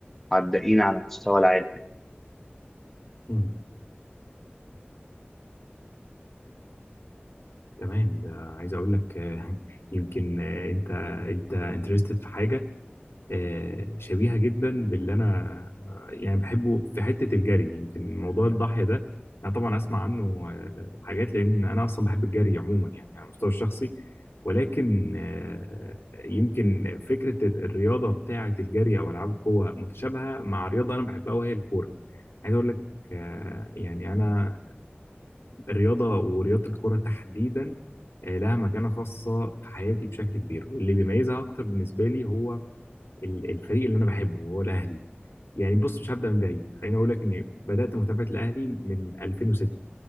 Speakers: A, in the centre; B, on the left (about 85°).
A: عدائين على مستوى العالم
B: مم. تمام ده عايز اقول لك آه، <laughs> يمكن آه، انت انت انترستد في حاجة آه، شبيهة جدا باللي أنا آه، يعني بحبه في حتة الجري يمكن موضوع الضاحية ده أنا طبعا أسمع عنه آه، حاجات لأن أنا أصلا بحب الجري عموما يعني على المستوى الشخصي ولكن آه، يمكن فكرة الرياضة بتاعة الجري أو ألعاب القوة متشابهة مع رياضة أنا بحبها وهي الكورة عايز أقول لك آه، يعني أنا الرياضة ورياضة الكورة تحديدا آه، لها مكانة خاصة في حياتي بشكل كبير واللي بيميزها أكتر بالنسبة لي هو ال- الفريق اللي انا بحبه وهو الاهلي يعني بص مش هبدا من بعيد خليني اقول لك اني بدات متابعه الاهلي من 2006